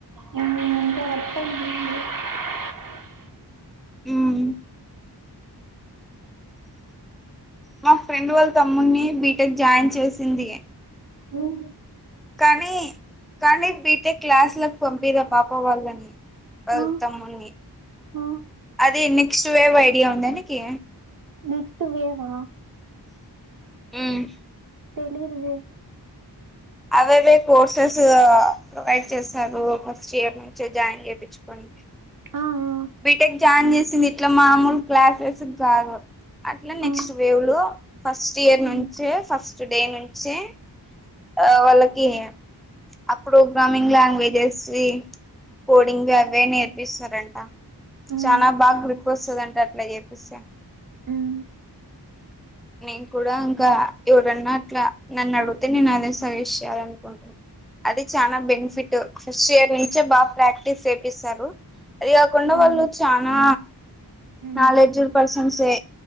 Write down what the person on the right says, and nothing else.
నేన్ గీనుంటే అస్సల్ <unintelligible>
మ్
ఆ
ఆ
నెస్ట్ వేవా?
తెలీదు వె.
ఆ ఆ
ఆ
మ్మ్.
మ్మ్.
మ్మ్.
మ్మ్.
మ్మ్.